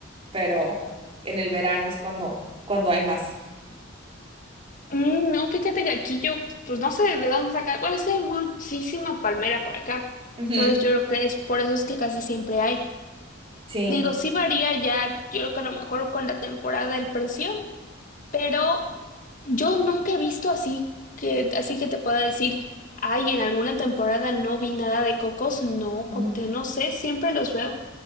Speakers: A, on the right (about 30°); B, on the left (about 40°).
A: pero en el verano es cuando, cuando hay más.
B: Mm, no, fíjate que aquí yo, pues no sé de dónde sacan. Bueno, es que hay muchísima palmera por acá.
A: Ujú,
B: Entonces yo creo que es por eso es que casi siempre hay.
A: sí.
B: Digo, sí varía ya, yo creo que a lo mejor con la temporada el precio, pero Yo nunca he visto así que, así que te pueda decir, ay, en alguna temporada no vi nada de cocos. No,
A: No.
B: como que no sé, siempre los veo.